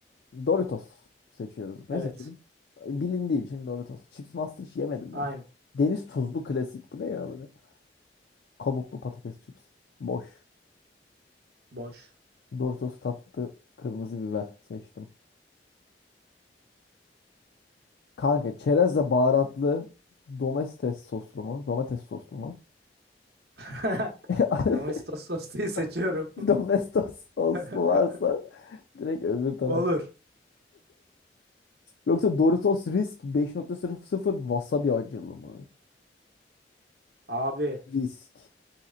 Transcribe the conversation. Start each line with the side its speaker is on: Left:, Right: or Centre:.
Left: Doritos seçiyoruz. Ne
Right: Evet.
Left: seçelim? Bilindiği için Doritos. Chips Master hiç yemedim
Right: Aynı.
Left: ben. Deniz tuzlu klasik. Bu ne ya böyle? Kabuklu patates chips. Boş.
Right: Boş.
Left: Doritos tatlı kırmızı biber seçtim. Kanka çerezle baharatlı domates soslu mu? Domates soslu mu?
Right: <laughs>
Left: <laughs>
Right: Domestos sosluyu
Left: <laughs>
Right: seçiyorum.
Left: Domestos soslu
Right: <laughs>
Left: varsa direkt öbür taraf.
Right: Olur.
Left: Yoksa Doritos Risk 5.00 wasabi acılı mı?
Right: Abi
Left: Risk.